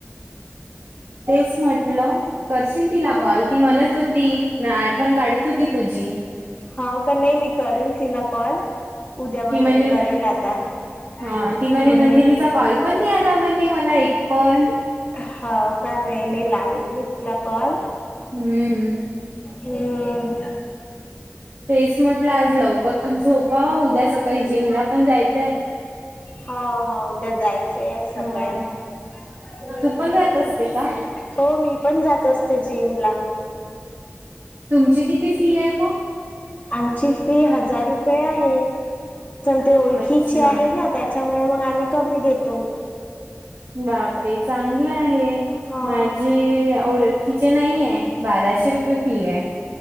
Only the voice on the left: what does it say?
हा.
हो का नाही मी करेल तिला कॉल उद्या वगैरे
करेल आता अम
हो का नाही नाही लावेल मी तिला कॉल
हम्
हा हा उद्या जायचं आहे सकाळी
हम्
हो मी पण जात असते जिम ला
आमची फी हजार रुपये आहे पण ते ओळखीचे
आहे ना त्याच्यामुळे मग आम्ही कमी देतो
हा